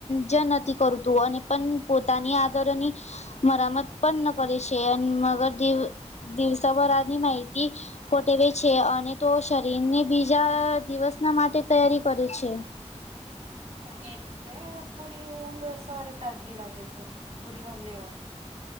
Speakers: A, on the left; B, on the right.
A: જ નથી કરતું. અને પણ પોતાની આદરની મરામત પણ ન કરી છે. અને મગર દિવસભરાની માહિતી કોટેવે છે અને તો શરીરને બીજા દિવસના માટે તૈયારી કરે છે.
B: હા એટલે પૂરી ઊંઘ સવારે તાજગી લાગે છે. પૂરી ઊંઘ લેવાથી.